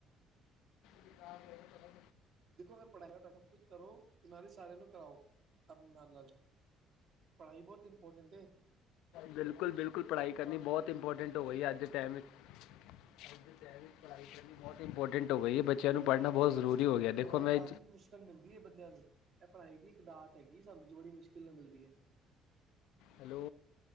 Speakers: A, on the left; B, on the right.
A: ਕਿਦਾਂ ਹੋਇਆ ਫਿਰ
B: ਦੇਖੋ ਅਗਰ ਪੜ੍ਹਾਏਗਾ ਤਾਂ ਸਭ ਕੁਛ ਕਰੋ ਤੇ ਨਾਲ ਹੀ ਸਾਰਿਆਂ ਨੂੰ ਕਰਾਓ, ਆਪਣੇ ਨਾਲ-ਨਾਲ। ਪੜ੍ਹਾਈ ਬਹੁਤ ਇੰਪੋਰਟੈਂਟ ਏ।
A: ਬਿਲਕੁਲ -ਬਿਲਕੁਲ ਪੜ੍ਹਾਈ ਕਰਨੀ ਬਹੁਤ ਇੰਪੋਰਟੈਂਟ ਹੋ ਗਈ ਏ, ਅੱਜ ਦੇ ਟਾਈਮ 'ਚ ਵਿੱਚ ਪੜਾਈ ਕਰਨੀ ਬੋਤ ਇੰਪੋਰਟੈਂਟ ਹੋ ਗਈ ਐ ਬੱਚੇਆਂ ਨੂੰ ਪੜਨਾ ਬੋਤ ਜ਼ਰੂਰੀ ਹੋ ਗਿਆ
B: ਪੜਾਈ
A: ਦੇਖੋ ਮੈਂ
B: ਕਾਫ਼ੀ ਮੁਸ਼ਕਿਲ ਮੁਸ਼ਕਿਲ ਮਿਲਦੀ ਏ ਬੰਦੇਆਂ ਨੂੰ ਏ ਪੜਾਈ ਦੀ ਇੱਕਦਾਤ ਹੈਗੀ ਐ ਸਾਨੂੰ ਜੋ ਬੜੀ ਮੁਸ਼ਕਿਲ ਨੂੰ ਮਿਲਦੀ ਐ।
A: ਹੈਲੋ